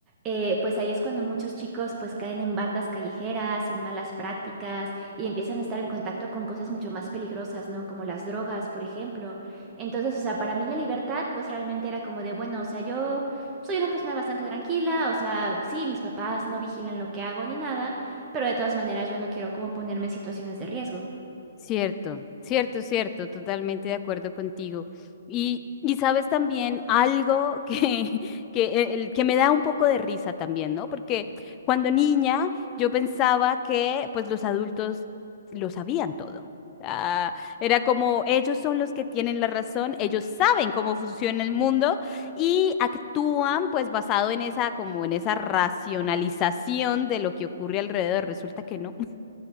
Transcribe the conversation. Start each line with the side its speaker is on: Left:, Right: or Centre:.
Right: eh, pues ahí es cuando muchos chicos pues caen en bandas callejeras, en malas prácticas y empiezan a estar en contacto con cosas mucho más peligrosas, ¿no? Como las drogas, por ejemplo. Entonces, o sea, para mí la libertad, pues realmente era como de, bueno, o sea, yo soy una persona bastante tranquila, o sea, sí, mis papás no vigilan lo que hago ni nada, pero de todas maneras yo no quiero como ponerme en situaciones de riesgo.
Left: Cierto, cierto, cierto, totalmente de acuerdo contigo. Y, y sabes también algo que, <laughs> que, el, que me da un poco de risa también, ¿no? Porque cuando niña yo pensaba que pues los adultos lo sabían todo. Ah, era como ellos son los que tienen la razón, ellos saben cómo funciona el mundo y actúan pues basado en esa como en esa racionalización de lo que ocurre alrededor. Resulta que no.